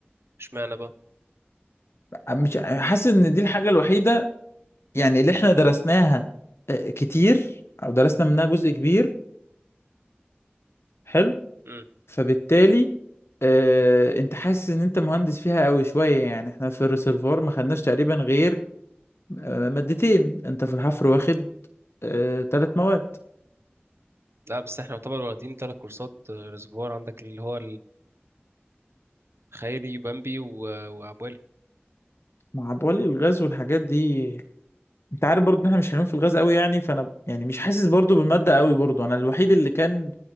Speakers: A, on the right; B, on the left.
A: اشمعنى بقى؟
B: مش ع- حاسس ان دي الحاجة الوحيدة يعني اللي احنا درسناها آه، كتير او درسنا منها جزء كبير حلو
A: مم.
B: فبالتالي آه، انت حاسس ان انت مهندس فيها قوي شوية يعني احنا في الريسيرفوار ما خدناش تقريبا غير آه، مادتين انت في الحفر واخد آه، تلات مواد
A: لا بس احنا يعتبر واخدين تلات كورسات آه، ريزرفوار عندك اللي هو الخيري وبامبي و- وعبالي
B: مع بولي الغاز والحاجات دي انت عارف برضو ان احنا مش هنقوم في الغاز قوي يعني فانا يعني مش حاسس برضو بالمادة قوي برضو انا الوحيد اللي كان